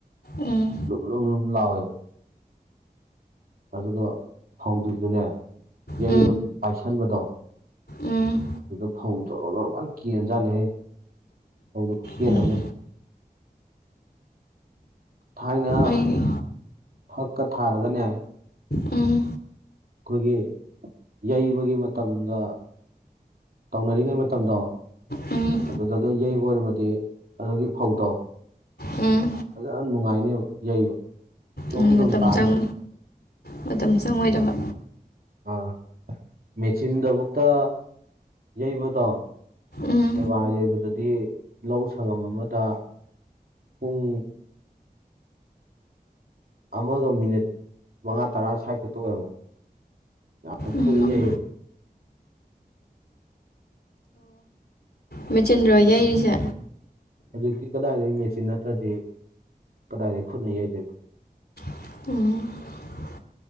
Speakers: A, on the left; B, on the right.
A: ꯎꯝ
B: ꯂꯨꯝ ꯂꯨꯝ ꯂꯥꯎꯑꯦ ꯑꯗꯨꯒ ꯐꯧꯗꯨꯖꯨꯅꯦ ꯌꯩꯕ
A: ꯎꯝ
B: ꯄꯥꯏꯁꯟꯕꯗꯣ
A: ꯎꯝ
B: ꯑꯗꯨꯗ ꯐꯧ ꯖꯣꯔꯣ ꯖꯣꯔꯤ ꯀꯦꯟꯖꯥꯠꯅꯤꯍꯦ ꯐꯧꯗꯣ ꯈꯨꯠ ꯀꯦꯟ
A: ꯎꯝ
B: ꯑꯃꯅꯦ ꯊꯥꯏꯅ
A: ꯑꯣꯏ
B: ꯐꯛꯀ ꯊꯥꯔꯒꯅꯦ
A: ꯎꯝ
B: ꯑꯩꯈꯣꯏꯒꯤ ꯌꯩꯕꯒꯤ ꯃꯇꯝꯒ ꯇꯧꯅꯔꯤꯉꯩ ꯃꯇꯝꯗꯣ
A: ꯎꯝ
B: ꯑꯗꯨꯒ ꯌꯩꯕ ꯑꯣꯏꯔꯃꯗꯤ ꯑꯗꯨꯒꯤ ꯐꯧꯗꯣ
A: ꯎꯝ
B: ꯑꯗꯨ ꯌꯥꯝ ꯅꯨꯡꯉꯥꯏꯅꯦꯕ ꯌꯩꯕ ꯖꯣꯝ
A: ꯎꯝ
B: ꯖꯣꯝ
A: ꯃꯇꯝ
B: ꯇꯥꯅꯦꯕ
A: ꯆꯪ ꯃꯇꯝ ꯆꯪꯉꯣꯏꯗꯕ
B: ꯑꯥ ꯃꯦꯆꯤꯟꯗꯕꯨꯨꯛꯇ ꯌꯩꯕꯗꯣ
A: ꯎꯝ
B: ꯁꯦꯕꯥ ꯌꯩꯕꯗꯗꯤ ꯂꯧ ꯁꯪꯉꯝ ꯑꯃꯗ ꯎꯝ ꯑꯃꯒ ꯃꯤꯅꯤꯠ ꯃꯉꯥ ꯇꯔꯥ ꯁ꯭ꯋꯥꯏ ꯈꯛꯇ ꯑꯣꯏꯔꯝꯃꯣꯏ ꯌꯥꯝ ꯊꯣꯛ
A: ꯎꯝ
B: ꯏꯍꯦ
A: ꯃꯦꯆꯤꯟꯗ꯭ꯔꯣ ꯌꯩꯔꯤꯁꯦ
B: ꯍꯧꯖꯤꯛꯇꯤ ꯀꯗꯥꯏꯗꯒꯤ ꯃꯦꯆꯤꯟ ꯅꯠꯇ꯭ꯔꯗꯤ ꯀꯗꯥꯏꯗꯒꯤ ꯈꯨꯠꯅ ꯌꯩꯗꯣꯏꯕ
A: ꯑꯣ